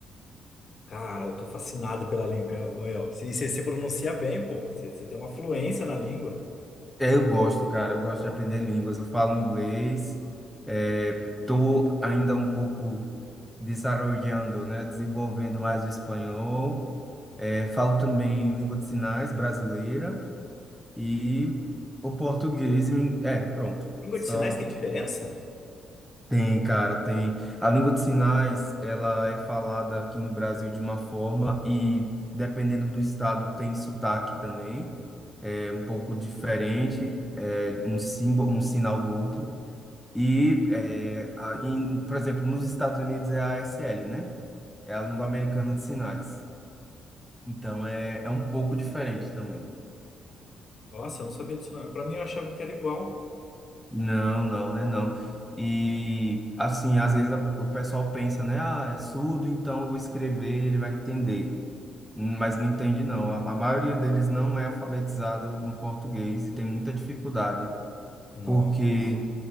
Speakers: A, on the left; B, in the centre.
A: cara, eu tô fascinado pela língua. Well, se- você se pronuncia bem, pô. Você, você tem uma fluência na língua.
B: É, eu gosto, cara, eu gosto de aprender línguas. Eu falo inglês, é, tô ainda um pouco desarrollando, né, desenvolvendo mais o espanhol. É, falo também língua de sinais brasileira e o português. e o in- É, pronto.
A: Língua
B: Só
A: de sinais tem diferença?
B: tem, cara, tem. A língua de sinais, ela é falada aqui no Brasil de uma forma e dependendo do estado tem sotaque também. É um pouco diferente, é um símbolo, um sinal do outro. E, é, a- em- por exemplo, nos Estados Unidos é a ASL, né? É a língua americana de sinais. Então é, é um pouco diferente também.
A: Nossa, eu não sabia disso não. Pra mim eu achava que era igual.
B: Não, não, né? Não. E, assim, às vezes a- o pessoal pensa, né? Ah, é surdo, então eu vou escrever, ele vai entender. Hum, Mas não entende, não. A, a maioria deles não é alfabetizado no português e tem muita dificuldade,
A: Nossa.
B: porque